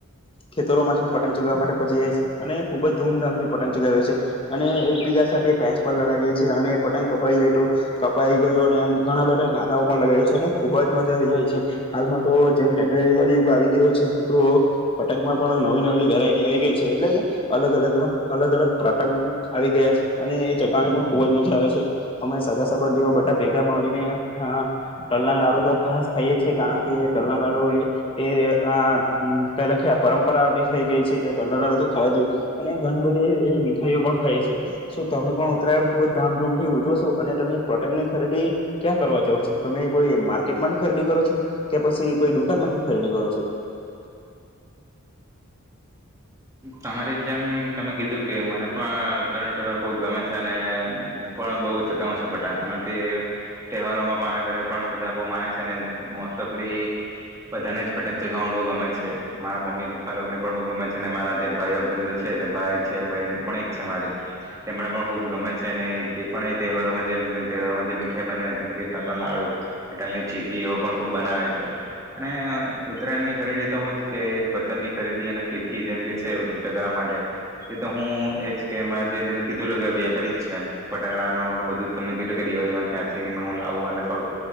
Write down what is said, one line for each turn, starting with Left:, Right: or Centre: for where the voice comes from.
Left: ખેતરોમાંથી પતંગ ચગાવવા માટે પોહચી જાય છે અને ખુબ જ ધૂમધામ થી પતંગ ચગાવ છે અને એકબીજા સાથે પેચ પર લ લગાવીએ છે. અને પતંગ કપાઈ જાય તો કપાઈ ગયો અને એમ ઘણા બધા નારાઓ પણ લગાવીએ છે. અને ખુબ જ મજા આવી જાય છે. હાલમાં તો જેમ ટેકનોલોજી યુગ આવી ગયો છે તો પતંગમાં પણ નવી નવી વેરાયટી આવી ગઈ છે. એટલે કે અલગ અલગ અલગ અલગ પ્રતંગ આવી ગયા છે અને એ ચગાવાની પણ ખૂબ જ મજા આવે છે. અમે સગા સંબંધીઓ બધા ભેગા મળીને આ તલના લાડુ તો ખાસ ખાઈએ છીએ કારણ કે તલના લાડુ એ તે અ પહેલાથી આ પરંપરા આવતી થઈ ગઈ છે કે તલના લાડુ તો ખાવા જોઈએ અને ઘણી બધી એ મીઠાઈઓ પણ ખાઈએ છે શું તમે પણ ઉતરાયણ ખૂબ જ ધામધૂમ થી ઉજવો છો? અને તમે પતંગની ખરીદી ક્યાં કરવા જાવ છો? તમે કોઈ માર્કેટમાંથી ખરીદી કરો છો કે પસી કોઈ દુકાનમાંથી ખરીદી કરો છો.?
Right: તમારી જેમ તમે કીધું કે મને પણ ઉત્તરાયણનો તહેવાર ખુબ ગમે છે અને હું પણ બહુ ચગાવું છું પતંગ આ ને તે તહેવારોમાં મારા ઘરે પણ બધા બહુ માને છે મોસ્ટ ઓફલી બધાને જ પતંગ ચગાવવાનું બહુ ગમે છે મારા મમ્મી પપ્પા લોકોને પણ બહુ ગમે છે અને મારા જે ભાઈઓ બંધુ છે એટલે ભાઈ છે બહેન પણ એક છે મારી તેમને પણ ખૂબ ગમે છે અને તે પણ એ તહેવારોમાં જે તહેવારોમાં જે મીઠાઈ બનાવે કે તલના લાડુ તલની ચીકીઓ પણ ખૂબ બનાવે છે અને ઉત્તરાયણ ની ખરીદી તો હું જ કે પતંગની ખરીદી અને ફિરકી જેમ કે છેવટે ચગાવવા માટે એ તો હું એજ કે મેં તમને કીધેલુ કે વ્યાપારી જ છે ફટાકડાનો બધું તમને કીધું દિવાળીમાં ક્યાંથી હું લાવું અને ફરું